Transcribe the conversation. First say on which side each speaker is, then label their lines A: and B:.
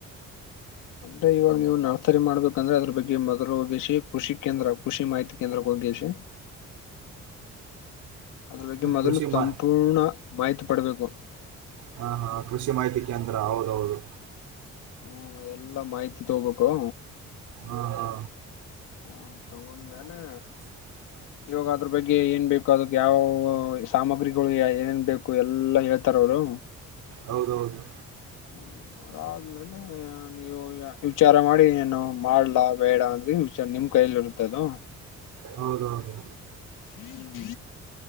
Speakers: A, on the left (about 85°); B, on the right (about 80°).
A: ಅಂದ್ರೆ ಇವಾಗ ನೀವು ನರ್ಸರಿ ಮಾಡ್ಬೇಕಂದ್ರೆ ಅದ್ರ ಬಗ್ಗೆ ಮೊದಲು ಹೋಗಿ ಕೃಷಿ ಕೇಂದ್ರ ಕೃಷಿ ಮಾಹಿತಿ ಕೇಂದ್ರಕ್ಕೆ ಹೋಗಿಸಿಿ ಅದ್ರ ಬಗ್ಗೆ ಮೊದಲು
B: ಕೃಷಿ
A: ಸಂಪೂರ್ಣ
B: ಮಾ
A: ಮಾಹಿತಿ ಪಡಬೇಕು
B: ಹಾ ಹಾ ಕೃಷಿ ಮಾಹಿತಿ ಕೇಂದ್ರ ಹೌದೌದು
A: ಹ್ಮ್ ಅದೆಲ್ಲಾ ಮಾಹಿತಿ ತಗೋಬೇಕು
B: ಹಾ ಹಾ
A: ಹ ತಗೊಂಡಲೆ
B: <inaudible>
A: ಇವಾಗ ಅದ್ರ ಬಗ್ಗೆ ಏನ್ ಬೇಕು ಅದಕ್ ಯಾವ ಸಾಮಗ್ರಿಗಳು ಏನೇನ್ ಬೇಕು ಎಲ್ಲಾ ಹೇಳ್ತಾರ ಅವರು
B: ಹೌದೌದು
A: ಹ್ಮ್ ಅದಾದ್ಮೇಲೆ ನೀವು ವಿಚಾರ ಮಾಡಿ ಏನು ಮಾಡ್ಲಾ ಬೇಡ ಅಂದ ವಿಚಾರ ನಿಮ್ ಕೈಯಲ್ಲಿ ಇರುತ್ತೆ ಅದು
B: ಹೌದೌದು
A: <inaudible>